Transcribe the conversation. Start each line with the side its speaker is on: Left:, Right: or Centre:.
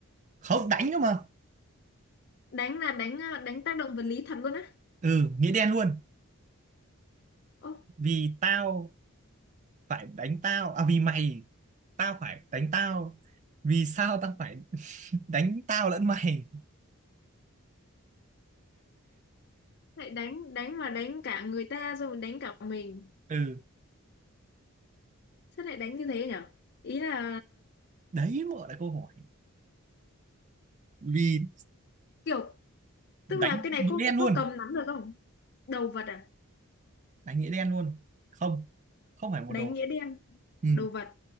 Right: không đánh cơ mà
Left: Đánh là đánh ờ, đánh tác động vật lý thật luôn á.
Right: ừ nghĩa đen luôn
Left: Ô,
Right: vì tao phải đánh tao à vì mày tao phải đánh tao vì sao tao phải <laughs> đánh tao lẫn mày
Left: lại đánh đánh mà đánh cả người ta rồi đánh cả mình.
Right: ừ
Left: Sao lại đánh như thế nhở? Ý là
Right: đấy mở lại câu hỏi vì
Left: kiểu Tức
Right: đánh
Left: là cái này
Right: nghĩa
Left: có
Right: đen luôn
Left: có cầm nắm được không? Đồ vật à?
Right: đánh nghĩa đen luôn không không phải một
Left: Đánh
Right: đồ
Left: nghĩa đen.
Right: ừ.
Left: Đồ vật.